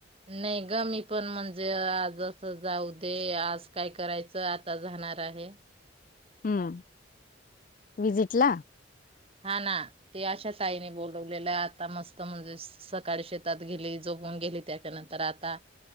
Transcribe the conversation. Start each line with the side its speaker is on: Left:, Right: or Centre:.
Right: नई ग मी पण म्हणजे आजं असं जाऊ दे आज काय करायचं आता झा नार आहे.
Left: हम्म विजिट ला
Right: हा ना ते अशा ताईने बोलवलेलं आता मस्त म्हणजे सकाळी शेतात गेली जो होऊन गेली त्याच्यानंतर आता